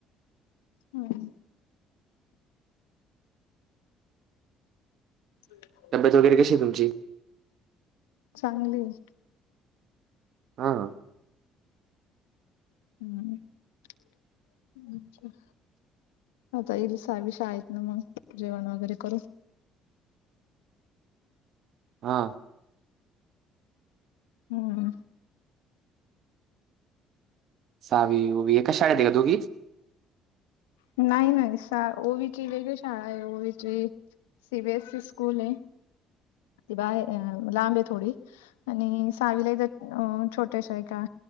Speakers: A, on the left; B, on the right.
A: होय, ह <unintelligible>
B: तब्येत वगैरे कशी आहे तमची.
A: चांगली हाय.
B: हा आ,
A: हम्म्च्छा. आता इल सावी शाळेतून मग जेवण वगैरे करु.
B: हा,
A: हम्. <inaudible>
B: सावी ओवी एकाच शाळेत आहे का दोघीच.
A: नाही नाही सा ओवीचे वेगळी शाळा आहे ओवीची सी बीएस ई स्कूल आहे. ती बाहे अ लांब आहे थोडी. आणि सावीलाही ह्याच्यात छोट्या स्या एका